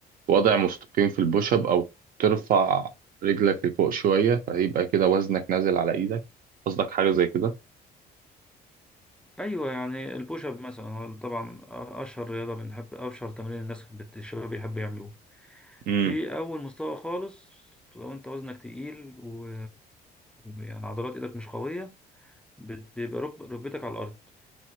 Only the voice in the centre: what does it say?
ايوه يعني البوش اب مثلا هو طبعا أ- اشهر رياضة بنحب اشهر تمرين الناس بت... الشباب بيحب يعملوه
في اول مستوى خالص لو انت وزنك تقيل و... يعني عضلات ايدك مش قوية بت- بيبقى ركب- ركبتك على الارض